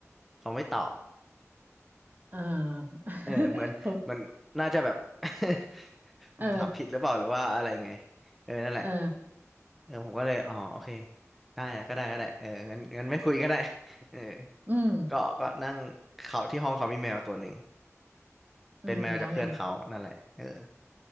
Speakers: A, in the centre; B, on the right.
A: เขาไม่ตอบ
B: เออ <laughs>
A: เออเหมือนเหมือนน่าจะแบบ
B: เขา
A: <laughs>
B: เออ
A: ผมถามผิดหรือเปล่าหรือว่าอะไรไงเออนั่นแหละ
B: เออ
A: เออผมก็เลยอ๋อโอเคได้อะก็ได้ก็ได้เอองั้นงั้นไม่คุยก็ได้ <laughs> เออ
B: อืม
A: ก็ก็นั่งเขาที่ห้องเขามีแมวตัวหนึ่ง
B: อืมแล้วไง
A: เป็นแมวจากเพื่อนเขานั่นแหละเออ